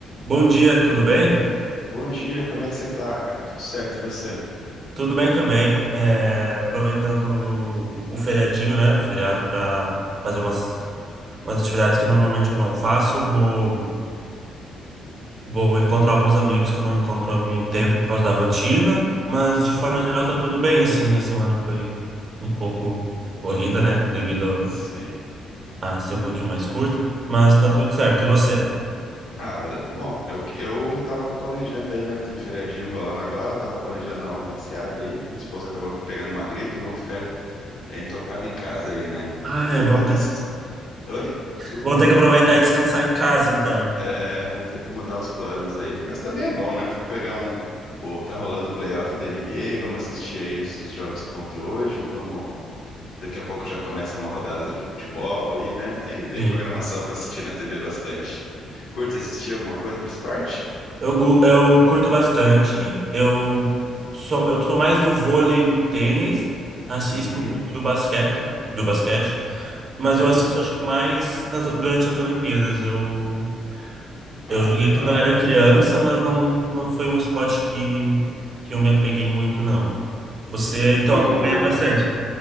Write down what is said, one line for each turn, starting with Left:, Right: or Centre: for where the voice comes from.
Right: Bom dia, tudo bem?
Left: Bom dia, como é que você tá, cara? Tudo certo e você?
Right: Tudo bem também. É, aproveitando o feriadinho, né? O feriado para fazer umas, umas atividades que normalmente eu não faço. Vou, vou encontrar alguns amigos que eu não encontro há algum tempo por causa da rotina, mas de
Left: Sim,
Right: forma geral tá tudo bem, assim. A semana foi um pouco corrida, né? Devido
Left: sim.
Right: a ser um pouquinho mais curta, mas tá tudo certo. E você?
Left: Ah, é, bom, eu, eu tava planejando aí, né? Tem feriadinho rolando agora, tava planejando dar uma passeada aí. Minha esposa acabou pegando uma gripe, vamos ficar entocado em casa aí, né?
Right: Ah,
Left: E aí
Right: vamos
Left: vamos.
Right: ter,
Left: Oi? Desculpa.
Right: vamos ter que aproveitar e descansar em casa, então.
Left: É, vamos ter que mudar os planos aí. Mas também é bom, né? Pegar um. O, tá rolando o playoff da NBA, vamos assistir aí os os jogos que vão ter hoje, vamos Daqui a pouco já começa uma rodada de futebol aí, né? Tem, tem
Right: Sim.
Left: programação para assistir na TV bastante. Curte assistir alguma coisa de esporte?
Right: Eu, gu- eu curto bastante. Eu sou, eu sou mais do vôlei e do tênis. Assisto
Left: Uhum,
Right: um pouco do basquete, do basquete, mas eu
Left: uhum.
Right: assisto acho que mais nas- durante as Olimpíadas. Eu, eu
Left: Ah,
Right: joguei
Left: é legal.
Right: quando eu era criança, mas não, não foi um esporte que, que eu me apeguei muito, não.
Left: Sim.
Right: Você
Left: Viu,
Right: então acompanha bastante.